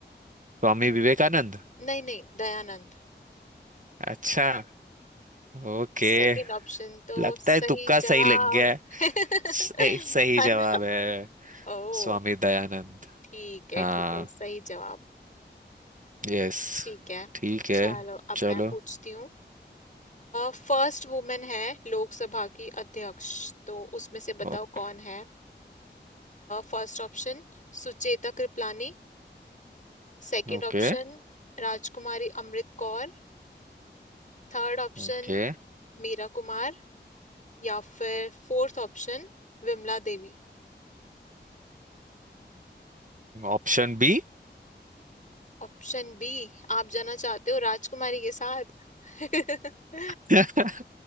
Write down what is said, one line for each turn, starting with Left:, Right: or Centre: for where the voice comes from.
Right: स्वामी विवेकानंद
Left: नहीं नहीं दयानंद
Right: अच्छा ओके
Left: सेकंड ऑप्शन तो
Right: लगता
Left: सही
Right: है तुक्का
Left: जवाब
Right: सही लग गया है
Left: <laughs> है
Right: सही सही जवाब
Left: ना
Right: है
Left: ओ
Right: स्वामी दयानंद
Left: ठीक है
Right: हाँ
Left: ठीक है सही जवाब
Right: यस
Left: ठीक है
Right: ठीक
Left: चलो
Right: है
Left: अब
Right: चलो
Left: मैं पूछती हूँ फर्स्ट वुमेन है लोकसभा की अध्यक्ष तो उसमें से बताओ
Right: Okay
Left: कौन है First option Sucheta Kripalani Second
Right: okay
Left: option Rajkumari Amrit Kaur Third option
Right: okay
Left: Meera Kumar या फिर fourth option Vimla Devi
Right: Option B
Left: Option B आप जाना चाहते हो राजकुमारी के साथ <laughs>
Right: <laughs>